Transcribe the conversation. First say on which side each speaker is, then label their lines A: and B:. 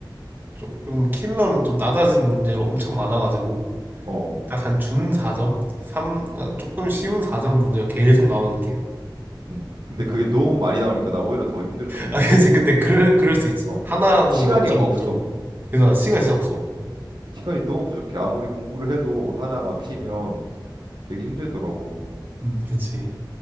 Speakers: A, on the right; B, on the right.
A: 조금 킬러는 좀 낮아진 문제로 엄청 많아가지고,
B: 어, 어.
A: 딱 한 준 4점? 3,
B: 음,
A: 조금 쉬운 4점 문제가 계속 나오는 느낌이야.
B: 음. 근데
A: 나쁘구나
B: 그게 너무 많이 나오니까 나 오히려 더 힘들더라.
A: 아, 그치. 근데 그럴, 그럴 수 있지.
B: 어,
A: 하나라도
B: 시간이
A: 맡기면
B: 없어.
A: 좀. 근데 나 시간 진짜 없어.
B: 시간이 너무 부족해. 아무리 공부를 해도 하나 막히면 되게 힘들더라고.
A: 음. 그치.